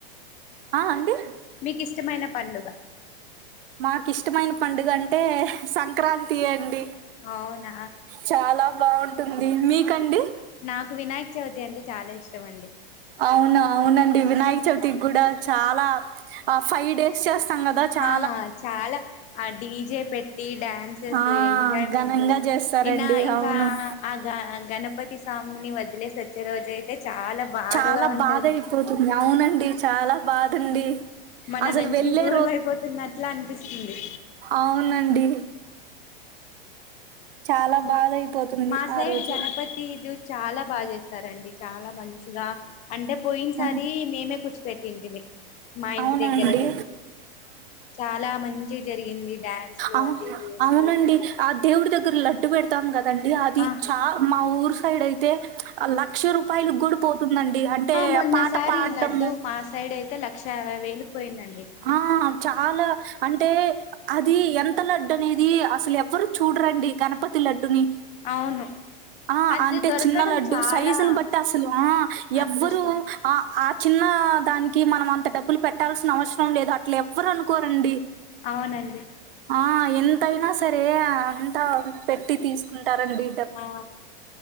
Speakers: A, on the right; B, on the left.
A: ఆ అండి
B: మీకు ఇష్టమైన పండుగ
A: మాకు ఇష్టమైన పండుగ అంటే సంక్రాంతి అండి
B: అవునా
A: చాలా బాగుంటుంది మీకండి
B: నాకు వినాయక్ చవితి అంటే చాలా ఇష్టం అండి
A: అవునా అవునండి వినాయక చవితికి కూడా చాలా ఆ ఫైవ్ డేస్ చేస్తాం కదా చా
B: ఆ చాలా ఆ డీజే పెట్ ఈ డ్యాన్సెస్
A: ఆ
B: ఎంజాయ్మెంట్
A: ఘనంగా చేస్తారండి
B: ఇన ఇంకా
A: అవును.
B: ఆ గ గణపతి స్వామిని వదిలేసి వచ్చే రోజు అయితే చాలా బాధగా
A: చాలా
B: ఉంటది
A: బాధ అయిపోతుంది అవునండి చాలా బాధండి
B: మన
A: అసలు
B: నుంచి
A: వెళ్ళే
B: దూరం అయిపోతున్నట్లా అన్పిస్తుంది
A: అవ్ నండి చాలా
B: బాయ్
A: బాధ అయిపోతుంది
B: మాసైడ్
A: ఆ రోజు
B: గణప తి గ్యు చాల బాగ్ జేస్తారండి చాలా మంచిగా అంటే పొఇన్ సారి
A: ఆ!
B: మేమే కూచ్చిపెట్టింటిమి మా ఇంటి
A: అవునండి
B: దెగ్గెరెనే చాలా మంచిగ్ జరిగింది డ్యాన్స్లు
A: ఔహో
B: అవి ఇవి వేసుకెళ్తా
A: అవునండి ఆ దేవుడి దగ్గర లడ్డు బెడతాం గదండి అది
B: ఆ
A: చా మా ఊరు సైడ్ అయితే లక్ష రూపాయిలు గ్గుడ పోతుందండి హంటే
B: మొన్నసారి
A: ఆ పాట పాడ్డం
B: లడ్డు మా సైడైతే లక్షా యాభై వేలుక్ పోయిందండి
A: హా అవి చాలా అంటే అది ఎంత లడ్డనేది అసలెవ్వరు చూడ్రండి గణపతి లడ్డుని
B: అవును
A: ఆ
B: అది
A: అంటే
B: దొరకడం
A: చిన్న లడ్డు
B: చాలా
A: సైజున్ బట్టి అసలు ఆ యవ్వరూ
B: అదృష్టం
A: ఆ ఆ చిన్న ఆ దాన్కి మనం అంత డబ్బులు పెట్టాల్సిన అవస్ సరం లేదు అట్ల ఎవ్వరు అనుకోరండి
B: అవునండి
A: ఆ ఎంతైనా సరే అంతా పెట్టి తీస్కుంటారండి
B: ఆ